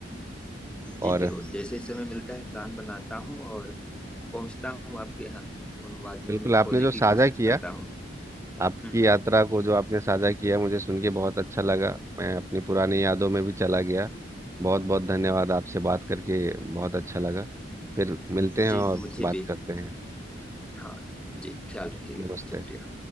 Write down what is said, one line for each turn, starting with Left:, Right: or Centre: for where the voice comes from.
Right: और
Centre: जी, ज़रूर, जैसे ही समय मिलता है प्लान बनाता हूँ और पहुंचता हूँ आपके यहाँ उन वादियों
Right: बिल्कुल
Centre: में खोने
Right: आपने जो
Centre: की
Right: साझा
Centre: कोशिश
Right: किया
Centre: करता हूँ
Right: आपकी
Centre: हम्म,
Right: यात्रा को जो आपने साझा किया मुझे सुन के बहुत अच्छा लगा मैं अपनी पुरानी यादों में भी चला गया बहुत बहुत धन्यवाद आपसे बात करके बहुत अच्छा लगा फिर मिलते हैं
Centre: जी
Right: और
Centre: मुझे
Right: बात
Centre: भी
Right: करते हैं
Centre: हाँ जी ख्याल रखिएगा
Right: नमस्ते
Centre: शुक्रिया